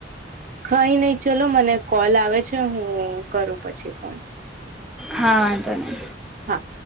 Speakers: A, on the right (about 45°); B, in the centre.
A: ખઈ નહી ચલો મને કોલ આવે છે, હું કરું પછી ફોન
B: હા વાંધો નય
A: હા.